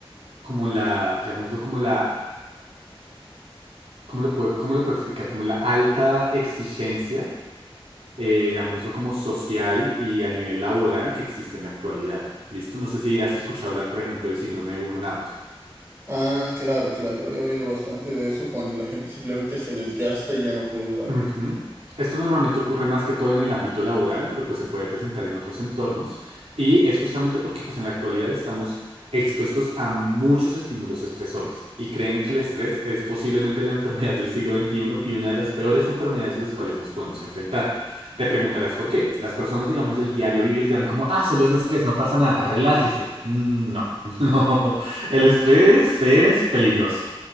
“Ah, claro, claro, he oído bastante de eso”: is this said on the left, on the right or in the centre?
Right